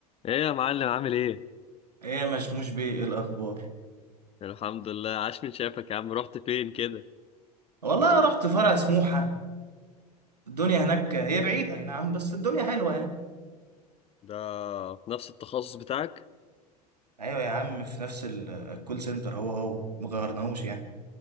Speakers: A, on the left; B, on the right.
A: ايه يا معلم عامل ايه؟
B: ايه يا مشموش بيه إيه الاخبار
A: الحمد لله عاش من شافك يا عم رحت فين كده؟
B: والله رحت فرع سموحه الدنيا هناك هي بعيد اي نعم بس الدنيا حلوه يعني
A: ده في نفس التخصص بتاعك؟
B: ايوه يا عم في نفس ال- الكول سنتر هو هو ما غيرناهوش يعني